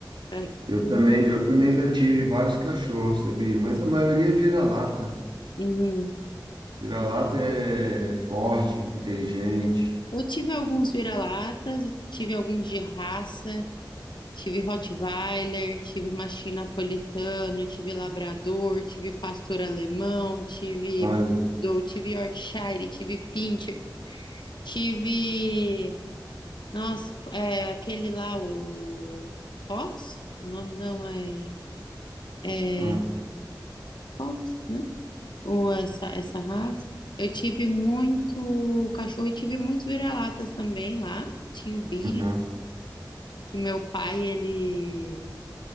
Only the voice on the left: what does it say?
ah,
Uhum.
Eu tive alguns vira-latas, e tive alguns de raça, Tive Rottweiler, tive mastim napolitano, tive labrador, tive pastor alemão, tive
poodle, tive Yorkshire, tive pincher, tive, nossa, é, aquele lá o Fox? O nome não é é
Fox, né? Ou essa essa raça. Eu tive muito cachorro e tive muitos vira-latas também lá. Tinha o Billy,
que meu pai ele